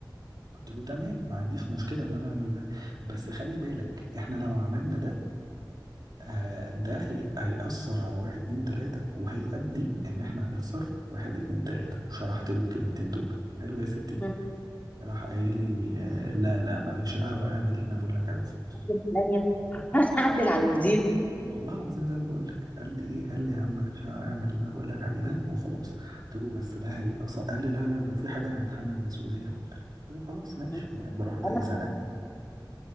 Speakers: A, on the right; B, on the left.
A: قلت له تمام ما عنديش مشكله ان انا اعمل ده بس خلي بالك احنا لو عملنا ده آه ده هي هيأثر على واحد اتنين تلاته وهيؤدي ان احنا هنخسر واحد اتنين تلاته وشرحت له الكلمتين دول حلو يا ستي
B: مم.
A: راح قايل لي آه لا لا مالكش دعوه اعمل اللي انا بقول لك عليه وخلاص
B: هتعدل عليا، <laughs> هتعدل على المدير
A: والله العظيم زي ما بقول لك قال لي ايه قال لي يا عم انا مش هعمل اللي انا بقول لك عليه ده وخلاص قلت له بس ده هي اصلا قال لي لا لا لو في حاجه انا هتحمل المسؤوليه وبتاع قلت له خلاص ماشي
B: مم.
A: براحتك
B: اهم
A: يا سلام